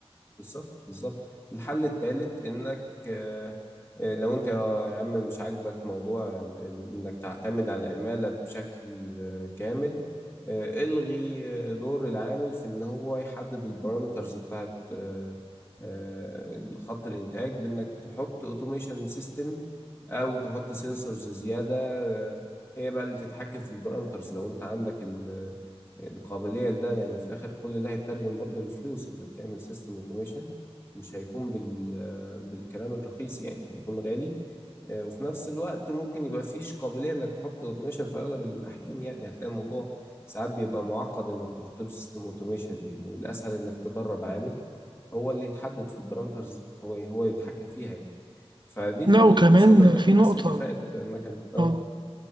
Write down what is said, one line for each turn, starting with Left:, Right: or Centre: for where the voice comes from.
Left: بالظبط بالظبط الحل التالت انك آه، آه، لو انت يا عم مش عاجبك موضوع ال- ال- انك تعتمد على العمالة بشكل آه، كامل آه، الغي آه، دور العامل في ان هو يحدد البارامترز بتاعت آه، آه، خط الانتاج بانك تحط اوتوميشن سيستم او تحط سنسورز زيادة آه، هي بقى اللي تتحكم في البارامترز لو انت عندك القابلية لده لأن في الآخر كل ده هيترجم برضه للفلوس إنك تعمل سيستم أوتوميشن مش هيكون بال... آه، بالكلام الرخيص يعني هيكون غالي آه، وفي نفس الوقت ممكن يبقى فيش قابلية إنك تحط أوتوميشن في أغلب الأحيان يعني هتلاقي الموضوع ساعات بيبقى معقد إنك تحط له سيستم أوتوميشن يعني والأسهل إنك تدرب عامل هو اللي يتحدد في البارامترز دي هو هو يتحكم فيها يعني فدي الحلول
Right: لا وكمان
Left: ببساطة إنك
Right: في
Left: تحسن
Right: نقطة
Left: كفاءة المكنة اه
Right: اه